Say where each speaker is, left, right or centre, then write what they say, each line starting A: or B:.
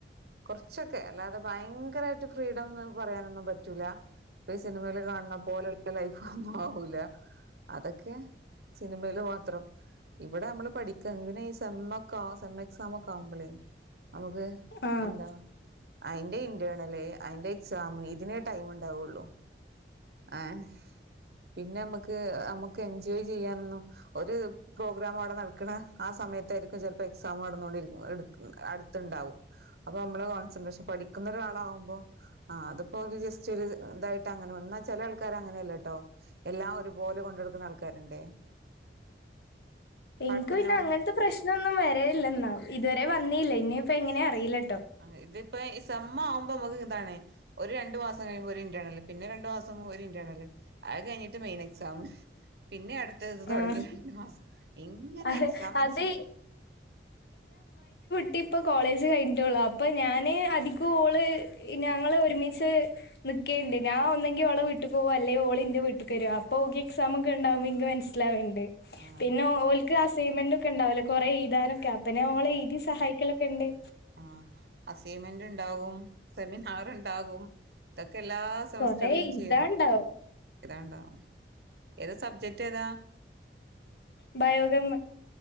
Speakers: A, on the right; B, on the left.
A: കുറച്ചൊക്കെ അല്ലാതെ ഭയങ്കരവായിട്ട് ഫ്രീഡംന്ന് പറയാനൊന്നും പറ്റൂല്ല ഇപ്പ ഈ സിനിമയിൽ കാണണ പോലുള്ള ലൈഫ് ഒന്നും ആവൂല്ല അതൊക്കെ സിനിമയില് മാത്രം ഇവിടെ നമ്മള് പഠിക്കുക എന്തിനാ ഈ സെമ്മൊക്കെ സെം എക്സാമൊക്കെ ആവുമ്പളേ നമുക്ക്
B: ആഹ്
A: എന്താ അതിന്റെ ഇന്റേർണല് അയിന്റെ എക്സാം ഇതിനെ ടൈം ഉണ്ടാവുള്ളു ആഹ് പിന്നെ നമ്മുക്ക് നമുക്ക് എൻജോയ് ചെയ്യാനൊന്നും ഒരു പ്രോഗ്രാം അവിടെ നടക്കണ ആ സമയത്തായിരിക്കും ചിലപ്പോ എക്സാം നടന്നോണ്ടിരിക്കുന്നത് അടുത്തുണ്ടാവും അപ്പൊ നമ്മള് കോൺസെൻട്രേഷൻ പഠിക്കുന്ന ഒരാളാകുമ്പോ ആ അതിപ്പോ ഒരു ജസ്റ്റ് ഒരു ഇതായിട്ട് അങ്ങനെ വ ചില ആൾക്കാര് അങ്ങനെയല്ലോ കേട്ടോ എല്ലാം ഒരു പോലെ കൊണ്ട് നടക്കുന്ന ആൾക്കാരുണ്ടേ
B: എനിക്ക്
A: പഠനവും
B: പിന്നെ അങ്ങൻത്തെ പ്രശ്നൊന്നും വരലില്ല എന്നാ ഇതുവരെ വ അന്ന ഇല്ല ഇനിയിപ്പ എങ്ങനെ അറിയില്ല
A: ആ ഇതിപ്പോ സമ്മാവുമ്പോ നമുക്ക് ഇതാാണ്േ ഒരു രണ്ടു മാസം കഴിയുമ്പോ ഒരു ഇന്റേർണൽ പിന്നെ രണ്ടു മാസം ഒരു ഇന്റേർണൽ അത് കഴിഞ്ഞിട്ട് മെയിൻ എക്സാം പിന്നെ അടുത്ത് അടുത്തത് തുടങ്ങി
B: ആഹ്
A: രണ്ട്ു മാസം ഇങ്ങനെ
B: അത്
A: എക്സാം എക്സാം
B: അത് ഇട്ട ഇപ്പ കോളേജ് കഴിഞ്ഞട്ടുള്ളു അപ്പൊ ഞാാന് അധികം ഓള് ഞങ്ങള് ഒരുമിച്ച് നൽിക്കേുണ്ട് ഞാൻ ഒന്നെങ്കിൽ ഓളെ വീട്ടിൽ പോകോ അല്ലെങ്കിൽ ഓള്ി്ന്റെ വീട്ടിൽ വരും പോകി എക്സാംമ ഒക്കെ ഉണ്ടാവും ഇ ഇവണ്ട്
A: ആഹ്
B: പിന്നെ ഓൾക്ക് അസ്സിൻമെന്റും ഒക്കെ ഉണ്ടാവില്ലേ കുറെ എഴുതാനും അപ്പെ നമ്മളെ ഇതി സഹായിക്ക എണ്ടേ
A: ആ അസൈൻമെന്റ് ഉണ്ടാവും സെമിനാർ ഉണ്ടാകും എല്ലാ സെമസ്റ്ററിലും
B: കൊറെ എഴുതാണ്ടാവും
A: ചെയ്യന്നേ ഏതാണ്ടാ ഏതാ സബ്ജക്റ്റ് ഏതാ
B: ബയോകെമിസ്ട്രി